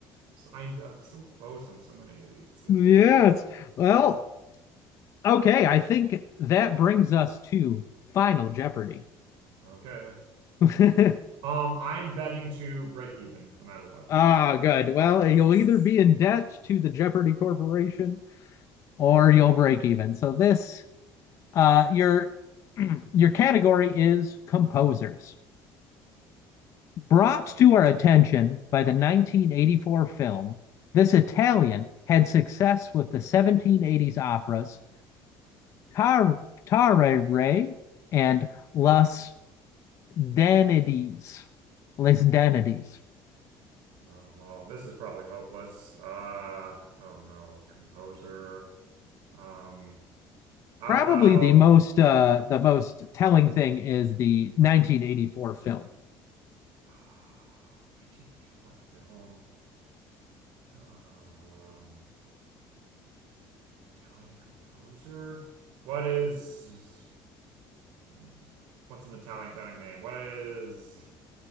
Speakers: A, on the right; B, on the left.
A: So I, I'm so close on so many of these. It's irritating.
B: Yes. Well, Okay, I think that brings us to Final Jeopardy.
A: Okay.
B: <laughs>
A: Um, I'm betting to break even no matter what.
B: ah,
A: So.
B: good.
A: <laughs>
B: Well, you'll either be in debt to the Jeopardy Corporation or you'll break even. So this uh your <clears throat> your category is composers. Brought to
A: Oh,
B: our attention by the 1984 film, this Italian had success with the 1780s operas Tar- Tare and Las danities, les danities.
A: um, well, this is probably hopeless. Uh, oh no, composer. Um, how
B: Probably
A: about
B: the most
A: <sighs>
B: uh, the most telling thing is the 1984 film.
A: uh, 1984 film? Um, Italian composer. What is? Mm. What's an Italian sounding name? What is